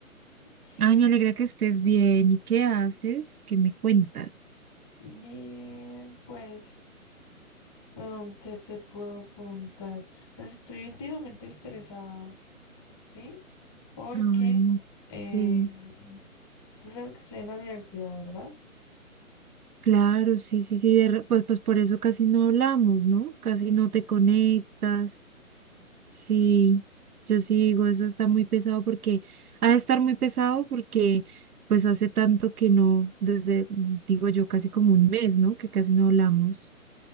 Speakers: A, on the left; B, on the right.
A: Sí,
B: Ay, me alegra que estés bien. ¿Y qué haces? ¿Qué me cuentas?
A: bien, pues, um, ¿qué te puedo contar? Pues estoy últimamente estresada, ¿sí? Porque
B: Ay, no.
A: eh,
B: Sí.
A: tú sabes que estoy en la universidad, ¿verdad?
B: Claro, sí, sí, sí. de re- Pues, pues por eso casi no hablamos, ¿no? Casi no te conectas.
A: Ujú.
B: Sí, yo sí digo, eso está muy pesado porque ha de estar muy pesado porque pues hace tanto que no, desde, digo yo, casi como un mes, ¿no? Que casi no hablamos.